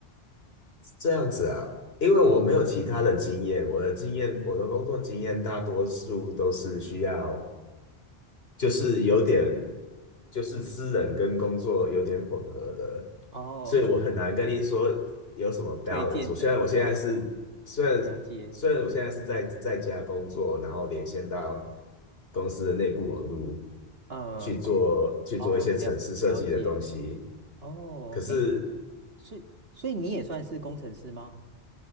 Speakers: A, on the left; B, on the right.
A: 这样子啊，因为我没有其他的经验，我的经验，我的工作经验大多数都是需要就是有点就是私人跟工作有点混合的，
B: 哦，
A: 所以我很难跟你说有什么
B: 诶，推荐的哦，
A: balance。我虽然我现在是虽然虽然我现在是在在家工作，
B: 了解，
A: 然后连线到公司的内部网络
B: 呃，
A: 去做去做一些城市设计的东西，
B: 哦哦哦，了了解，哦，
A: 可是
B: 诶，所以所以你也算是工程师吗？